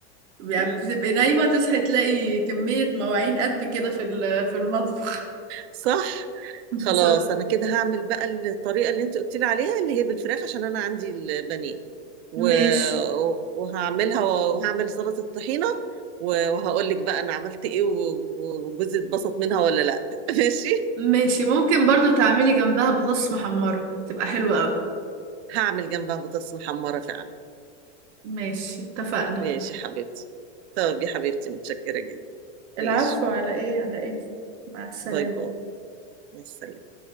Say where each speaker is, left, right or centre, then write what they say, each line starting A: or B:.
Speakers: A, on the right (about 80°); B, on the right (about 60°).
A: يعني
B: <laughs>
A: بتبقي نايمة تصحي تلاقي كمية مواعين قد كده في ال- في المطبخ
B: صح
A: <laughs> بالظبط
B: خلاص انا كده هعمل بقى الطريقه اللي انت قلت لي عليها اللي هي بالفراخ عشان انا عندي البانيه و...
A: ماشي
B: وهعملها وهعمل سلطه طحينه و- وهقول لك بقى انا عملت ايه و- وجوزي اتبسط منها ولا لا <laughs> ماشي
A: ماشي ممكن برضو تعملي جنبها بطاطس محمرة تبقى حلوة أوي
B: هعمل جنبها بطاطس محمره فعلا
A: ماشي اتفقنا
B: ماشي حبيبتي طب يا حبيبتي متشكره جدا ماشي
A: العفو على ايه على ايه مع السلامة
B: باي باي مع السلامه